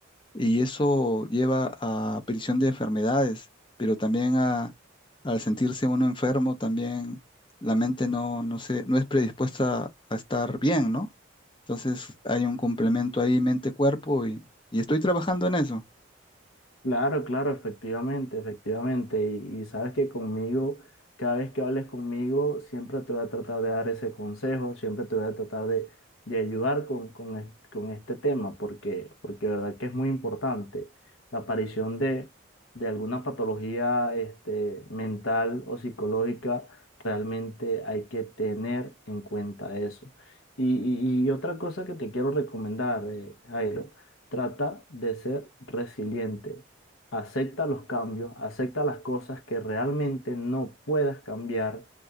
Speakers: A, on the left; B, on the left.
A: y eso lleva a aparición de enfermedades, pero también a, al sentirse uno enfermo, también la mente no, no se, no es predispuesta a estar bien, ¿no? Entonces hay un complemento ahí mente-cuerpo y, y estoy trabajando en eso.
B: Claro, claro, efectivamente, efectivamente. Y, y sabes que conmigo, cada vez que hables conmigo, siempre te voy a tratar de dar ese consejo, siempre te voy a tratar de, de ayudar con, con, es- con este tema, porque, porque de verdad que es muy importante. La aparición de, de alguna patología este, mental o psicológica, realmente hay que tener en cuenta eso. Y, y- y otra cosa que te quiero recomendar, eh, Jairo, trata de ser resiliente Acepta los cambios, acepta las cosas que realmente no puedas cambiar,